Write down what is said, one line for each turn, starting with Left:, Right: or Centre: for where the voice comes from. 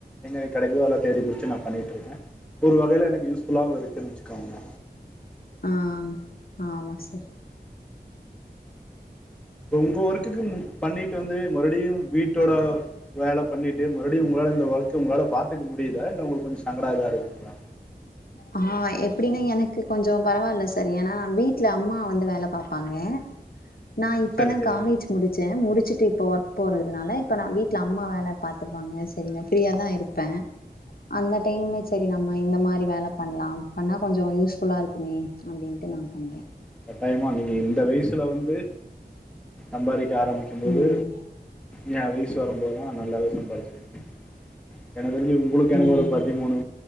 Centre: எங்க கிடைதோ அத தேடி புடிச்சு நா பண்ணிட்டு இருக்கேன் ஒரு வகையையில யூஸ்ஃபுல்ல இருக்கு காமுங்க
Left: ஆஹ் ஆமா சார்
Centre: உங்க ஒர்க்குக்கும் பண்ணிட்டு வந்து மறுபடியும் வீட்டோட வேலை பண்ணிட்டு மறுபடியும் உங்களால இந்த ஒர்க்க உங்களால பாத்துக்க முடியுதா இல்ல உங்களுக்கு கொஞ்சம் சங்கடம் எத இருக்குங்களா
Left: ஆஹ் எப்பிடின்னா எனக்கு கொஞ்சம் பரவாயில்ல சார் ஏன்னா நான் வீட்டுல அம்மா வந்து வேலை பாப்பாங்க நான் இப்பதான்
Centre: சரி சரி
Left: காலேஜ் முடிச்சேன் முடிச்சிட்டு இப்ப ஒர்க் போறதுனால இப்ப நான் வீட்டுல அம்மா வேலை பாத்தப்பாங்க சரி நான் ஃப்ரீயா தான் இருப்பேன் அந்த டைம்ல சரி நம்ம இந்த மாரி வேலை பண்ணலாம் பண்ணா கொஞ்சம் யூஸ்ஃபுல்லா இருக்குமே அப்டின்ட்டு நான் பண்றேன்
Centre: டைமா நீங்கள் இந்த வயசில வந்து சம்பாதிக்க ஆரம்பிக்கும்போது
Left: ம்
Centre: யா வயசு வரும்போதுலாம் நல்லாவே சம்பாதிச்சீடுவிங்க எனக்கு தெரிஞ்சு உங்களுக்கு எனக்கு
Left: ம்
Centre: ஒரு பதிமூணு